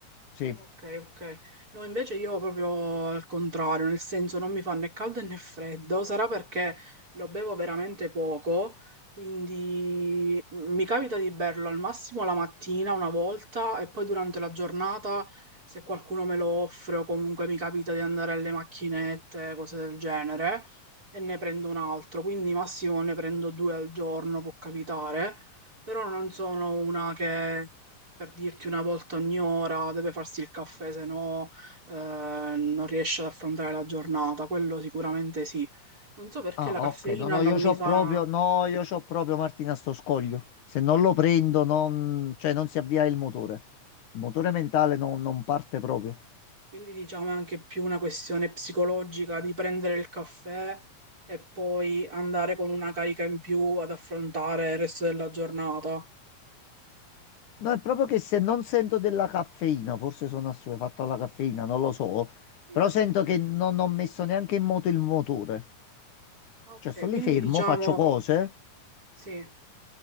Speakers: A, on the left (about 70°); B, on the right (about 25°).
A: sì.
B: Ok, ok. No, invece io proprio al contrario, nel senso non mi fa né caldo né freddo, sarà perché lo bevo veramente poco, quindi mi capita di berlo al massimo la mattina una volta e poi durante la giornata, se qualcuno me lo offre o comunque mi capita di andare alle macchinette, cose del genere, e ne prendo un altro, quindi massimo ne prendo due al giorno, può capitare, però non sono una che per dirti una volta ogni ora, deve farsi il caffè, se no eh, non riesce ad affrontare la giornata, quello sicuramente sì. Non so perché
A: Ah,
B: la caffeina
A: ok, no, no,
B: non
A: io
B: mi
A: c'ho
B: fa,
A: proprio, no, io c'ho proprio Martina sto scoglio. Se non lo prendo, non, cioè, non si avvia il motore. Il motore mentale non non parte proprio.
B: quindi diciamo è anche più una questione psicologica di prendere il caffè e poi andare con una carica in più ad affrontare il resto della giornata.
A: No, è proprio che se non sento della caffeina, forse sono assuefatto alla caffeina, non lo so,
B: Mm.
A: però sento che non ho messo neanche in moto il motore.
B: Ok,
A: Cioè, sto
B: quindi
A: lì fermo,
B: diciamo
A: faccio cose,
B: sì.